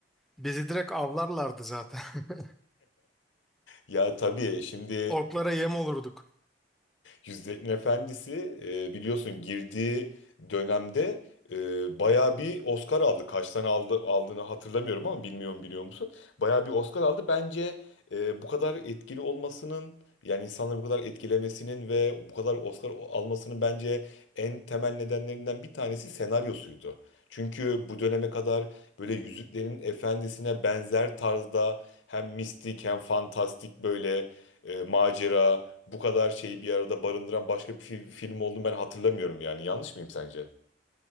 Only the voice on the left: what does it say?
Ya tabii şimdi
Yüzüklerin Efendisi e, biliyorsun girdiği dönemde e, bayağı bir Oscar aldı. Kaç tane aldı, aldığını hatırlamıyorum ama bilmiyorum biliyor musun? Bayağı bir Oscar aldı. Bence e, bu kadar etkili olmasının yani insanları bu kadar etkilemesinin ve bu kadar Oscar almasının bence en temel nedenlerinden bir tanesi senaryosuydu. Çünkü bu döneme kadar böyle Yüzüklerin Efendisi'ne benzer tarzda hem mistik hem fantastik böyle e, macera bu kadar şeyi bir arada barındıran başka bir fi- film olduğunu ben hatırlamıyorum yani. Yanlış mıyım sence?